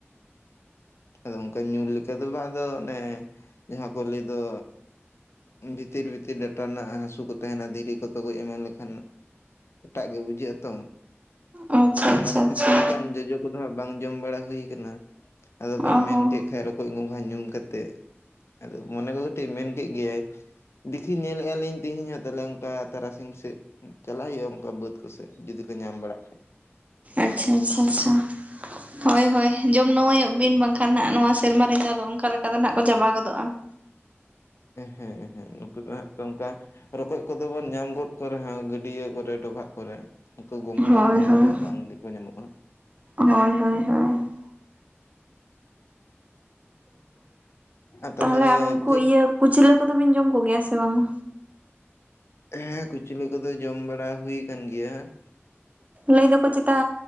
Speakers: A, on the left (about 70°); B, on the right (about 30°).
A: ᱟᱫᱚ ᱚᱝᱠᱟ ᱧᱩᱨ ᱞᱮᱠᱟ ᱫᱚ ᱵᱟᱝ ᱟᱫᱚ ᱚᱱᱮ ᱡᱟᱦᱟᱸ ᱠᱚ ᱞᱟ. ᱭ ᱫᱚ ᱵᱷᱤᱛᱤᱨ ᱵᱷᱤᱛᱤᱨ ᱰᱟᱴᱟ ᱨᱮᱱᱟᱜ ᱦᱟᱹᱥᱩ ᱠᱚ ᱛᱟᱦᱮᱱᱟ ᱫᱷᱤᱨᱤ ᱠᱚ ᱛᱚᱜᱚᱡ ᱮᱢᱟᱱ ᱞᱮᱠᱷᱟᱱ ᱮᱴᱟᱜ ᱜᱮ ᱵᱩᱡᱷ ᱡᱷᱟᱜᱼᱟ ᱛᱚᱢ
B: ᱟᱪᱪᱷᱟ
A: ᱟᱫᱚ ᱚᱱᱟ
B: ᱟᱪᱪᱷᱟ
A: ᱠᱷᱟᱹᱛᱤᱨ
B: ᱟᱪᱪᱷᱟ
A: ᱛᱮ ᱚᱝᱠᱟᱱ ᱡᱚᱡᱚ ᱠᱚᱫᱚ ᱦᱟᱸᱜ ᱵᱟᱝ ᱡᱚᱢ ᱵᱟᱲᱟ ᱦᱩᱭ ᱟᱠᱟᱱᱟ, ᱟᱫᱚ ᱵᱮᱱ
B: ᱚ ᱦᱚᱸ
A: ᱢᱮᱱ ᱠᱮᱫ ᱠᱷᱟᱡ ᱨᱚᱠᱚᱡ ᱜᱚᱸᱜᱷᱟ ᱧᱩᱢ ᱠᱟᱛᱮᱜ ᱟᱫᱚ ᱢᱚᱱᱮ ᱠᱚ ᱠᱟᱹᱴᱤᱡ ᱢᱮᱱ ᱠᱮᱫ ᱜᱮᱭᱟᱭ ᱫᱮᱠᱷᱤ ᱧᱮᱞᱮᱛᱼᱟ ᱞᱤᱧ ᱛᱮᱦᱮᱧ ᱦᱚᱸ ᱛᱟᱦᱚᱞᱮ ᱚᱝᱠᱟ ᱛᱟᱨᱟᱥᱤᱧ ᱥᱮᱫ ᱾ ᱪᱟᱞᱟᱜ ᱦᱩᱭᱩᱜᱼᱟ ᱚᱝᱠᱟ ᱵᱟᱹᱫ ᱠᱚᱥᱮᱫ ᱡᱩᱫᱤ ᱠᱚ ᱧᱟᱢ ᱵᱟᱲᱟᱜ ᱠᱷᱟᱡ ᱾
B: ᱟᱪᱪᱷᱟ ᱟᱪᱪᱷᱟ ᱟᱪᱪᱷᱟ,
A: ᱦᱮᱸ᱾
B: ᱦᱳᱭ ᱦᱳᱭ ᱾ ᱡᱚᱢ ᱱᱟᱹᱣᱟᱹᱭᱚᱜ ᱵᱤᱱ ᱵᱟᱝᱠᱷᱟᱱ ᱱᱟᱦᱟᱜ ᱱᱚᱣᱟ ᱥᱮᱨᱢᱟ ᱨᱮᱫᱚ ᱟᱫᱚ ᱚᱝᱤᱟ ᱞᱮᱠᱟ ᱫᱚ ᱱᱟᱦᱟᱜ ᱠᱚ ᱪᱟᱵᱟ ᱜᱚᱫᱚᱜᱼᱟ ᱾
A: ᱦᱮᱸ ᱦᱮᱸ ᱱᱩᱠᱩ ᱫᱚ ᱦᱟᱸᱜ ᱛᱚ ᱚᱝᱠᱟ ᱨᱚᱠᱚᱡ ᱠᱚᱫᱚ ᱵᱚᱱ ᱧᱟᱢ ᱜᱚᱫ ᱠᱚ ᱨᱮᱦᱚᱸ ᱜᱟᱹᱰᱭᱟᱹ ᱠᱚᱨᱮ ᱰᱚᱵᱷᱟᱜ ᱠᱚᱨᱮ ᱾ ᱩᱝᱠᱩ ᱜᱚᱝᱜᱷᱟ
B: ᱦᱳᱭ
A: ᱠᱟᱴᱠᱚᱢ
B: ᱦᱳᱭ
A: ᱠᱚᱫᱚ ᱦᱟᱸᱜ ᱵᱟᱝ ᱜᱮᱠᱚ ᱧᱟᱢᱚᱜᱼᱟ ᱾
B: ᱦᱳᱭ ᱦᱳᱭ ᱦᱳᱭ ᱾
A: ᱟᱨ
B: ᱛᱟᱦᱚᱞᱮ ᱟᱨ ᱩᱱᱠᱩ
A: ᱪᱮᱫ
B: ᱤᱭᱟᱹ ᱠᱩᱪᱞᱟᱹ ᱠᱚᱫᱚᱵᱤᱱ ᱡᱚᱢ ᱠᱚᱜᱮᱭᱟ ᱥᱮ ᱵᱟᱝᱟ?
A: ᱦᱮᱸ ᱠᱩᱪᱞᱟᱹ ᱠᱚᱫᱚ ᱡᱚᱢ ᱵᱟᱲᱟ ᱦᱩᱭ ᱟᱠᱟᱱ ᱜᱮᱭᱟ ᱾
B: ᱞᱟᱹᱭ ᱫᱚᱠᱚ ᱪᱮᱛᱟ